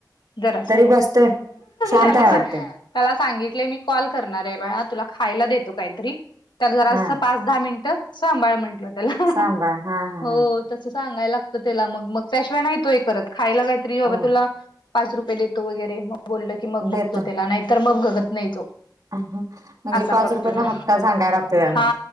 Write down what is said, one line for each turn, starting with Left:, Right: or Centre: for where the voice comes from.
Left: जरा अस
Right: तरी बसतोय शांत
Left: त्याला
Right: आहे वाटतंय
Left: जा त्याला सांगितलेय मी कॉल करणार आहे वेळा तुला खायला देतो काहीतरी त्याला
Right: हा
Left: जरा पा दहा मिनिट सांभळ म्हटलं त्याला
Right: सांभाळ हा हा
Left: हो
Right: हा.
Left: तसं सांगायला लागतं त्याला मग मग त्याशिवाय नाही तू हे करत खायला काहीतरी बाबा
Right: अ
Left: तुला पाच रुपये देतो वगैरे मग बोलल की मग बघतो
Right: देतो
Left: त्याला नाहीतर मग बगत नाही तो
Right: म्हणजे
Left: असा
Right: पाच
Left: करतो
Right: रुपयाचा
Left: तो
Right: हा सांगायला लागते त्यांना
Left: हा